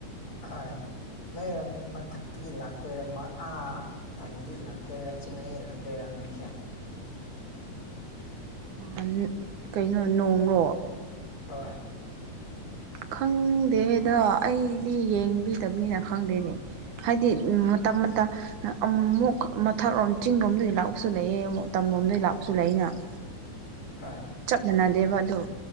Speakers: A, on the left; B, on the right.
A: ꯍꯣꯏ ꯅꯣꯏꯔꯣꯝꯗꯨ ꯃꯊꯛꯇꯒꯤ ꯂꯥꯛꯇꯣꯏꯔ ꯑꯥ- ꯇꯝꯗꯩ ꯂꯛꯇꯣꯏꯔꯥ ꯆꯤꯡꯗꯒꯤ ꯂꯛꯇꯣꯏꯔꯥ ꯅꯣꯏꯁꯦ꯫
B: ꯑꯥ ꯀꯩꯅꯣ ꯅꯣꯡꯔꯣ
A: ꯍꯣꯏ
B: ꯈꯪꯗꯦꯗ ꯑꯩꯗꯤ ꯌꯦꯡꯕꯤꯗꯕꯅꯤꯅ ꯈꯪꯗꯦꯅꯦ ꯍꯥꯏꯗꯤ ꯎꯝ ꯃꯇꯝ ꯃꯇꯝ ꯑꯃꯨꯛ ꯃꯊꯛꯔꯣꯝ ꯆꯤꯡꯔꯣꯝꯗꯒꯤ ꯂꯥꯛꯄꯁꯨ ꯂꯩꯑꯦ ꯑꯃꯨꯛ ꯇꯝꯂꯣꯝꯗꯒꯤ ꯂꯥꯛꯄꯁꯨ ꯂꯩꯩꯅ <inaudible>
A: ꯍꯣꯏ
B: ꯆꯞ ꯃꯥꯟꯅꯗꯦꯕ ꯑꯗꯨ